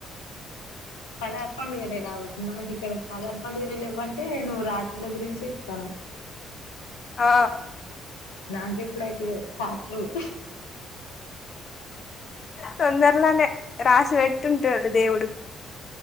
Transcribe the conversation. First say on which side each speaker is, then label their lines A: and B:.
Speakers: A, on the left; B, on the left.
A: పదార్ పండుగలు లెలాగో మనకి ఇక్కడ పదార్ పండుగలు లెవ్వంటే నువ్వు రాత్రుల గురించి యెప్తనావ్.
B: ఆ
A: నాకెప్పుడు అయితయో రాత్రులు
B: తొందర్లోనే రాసి వెట్టుంటాడు దేవుడు